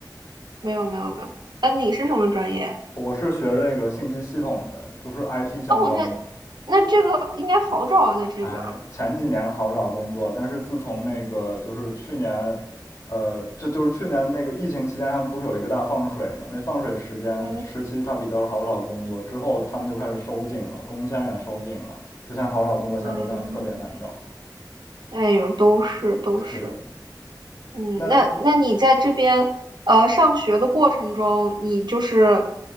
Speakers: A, on the right; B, on the left.
A: 没有没有没有。啊，你是什么专业呀？
B: 我是学这个信息系统的，就是 IT 相关的。
A: 哦，那那这个应该好找啊，在这边儿。
B: 哎，前几年好找工作，但是自从那个就是去年，呃，就就是去年那个疫情期间，他们不是有一个大放水嘛？那放水时间时期，
A: 嗯
B: 它比较好找工作，之后他们就开始收紧了，工签也收紧了。之前好找工作，现在都变得特别难找。
A: 嗯，哎呦，都是都是。
B: 是，
A: 嗯，
B: 那
A: 那那你在这边呃上学的过程中，你就是